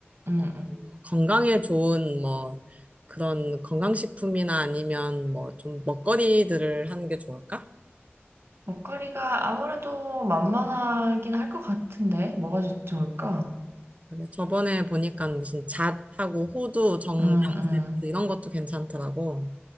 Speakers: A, on the right; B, on the right.
A: 음,
B: 어,
A: 음.
B: 건강에 좋은 뭐 그런 건강식품이나 아니면 뭐 좀 먹거리들을 하는 게 좋을까?
A: 먹거리가 아무래도 만만하긴 할 것 같은데, 뭐가 좋- 좋을까?
B: 근데 저번에 보니까 무슨 잣하고 호두, 정장
A: 음, 음,
B: 세트 이런 것도 괜찮더라고.